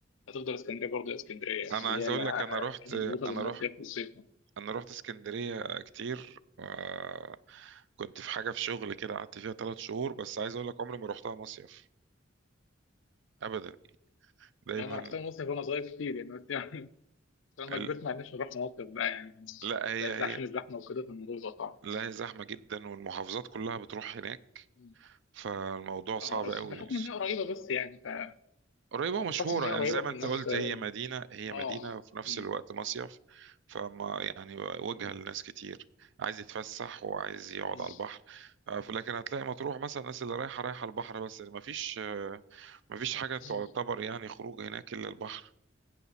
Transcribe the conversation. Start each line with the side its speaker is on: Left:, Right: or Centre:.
Left: هتفضل اسكندريه برضه يا اسكندريه يعني
Right: أنا
Left: اللي
Right: عايز
Left: هي
Right: أقول
Left: الع-
Right: لك أنا رحت
Left: المربوطه
Right: أنا
Left: بالمصيف
Right: رحت
Left: والصيف مم.
Right: انا رحت اسكندريه كتير آه، كنت في حاجه في شغل كده قعدت فيها ثلاث شهور بس عايز اقول لك عمري ما رحتها مصيف ابدا يعني. دايما
Left: يعني انا رحت المصيف وانا صغير كتير يعني بس <laughs> لما
Right: ال-
Left: كبرت ما عرفناش نروح مصيف بقى يعني
Right: لا هي
Left: بقى إزاي
Right: هي
Left: عشان الزحمه وكده فالموضوع بقى صعب
Right: لا هي زحمه جدا والمحافظات كلها بتروح هناك
Left: مم.
Right: فالموضوع صعب
Left: اه
Right: قوي
Left: بحكم ان هي قريبه بس يعني ف
Right: قريبة
Left: اه
Right: ومشهورة
Left: بحكم ان هي قريبه
Right: يعني زي
Left: فالناس
Right: ما انت قلت هي مدينة هي
Left: اه
Right: مدينة وفي نفس
Left: مم.
Right: الوقت مصيف فما يعني وجهة
Left: مم.
Right: لناس كتير عايز يتفسح وعايز يقعد
Left: مم.
Right: على البحر آه، لكن هتلاقي مطروح مثلا الناس اللي رايحة رايحة البحر بس ما فيش ما فيش حاجة تعتبر
Left: مم.
Right: يعني خروج هناك إلا البحر